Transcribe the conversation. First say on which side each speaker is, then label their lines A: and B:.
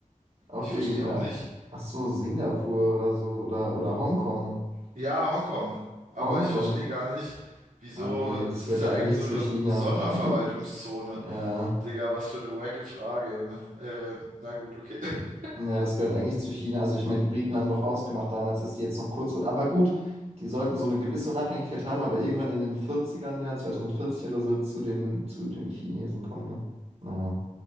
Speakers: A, on the right; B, on the right.
A: Auch
B: Ich
A: irgendeine,
B: verstehe auch nicht.
A: ach so, Singapur oder so, oder, oder Hongkong.
B: Ja, Hongkong. Aber
A: Hongkong.
B: ich verstehe gar nicht, wieso,
A: Ah, nee, das
B: es
A: gehört
B: ist
A: ja
B: ja
A: eigentlich
B: eigentlich nur
A: zu
B: eine
A: China.
B: Sonderverwaltungszone.
A: <laughs> Ja.
B: Digga, was für eine wacke Frage, Junge. Äh, na gut, okay. <laughs>
A: naja, das gehört eigentlich zu China. Also ich meine, die Briten haben doch ausgemacht damals, dass die jetzt noch kurz. Aber gut, die sollten so eine gewisse Unabhängigkeit haben, aber irgendwann in den Vierzigern, ja, 2040 oder so, zu den, zu den Chinesen kommen, ne? Naja,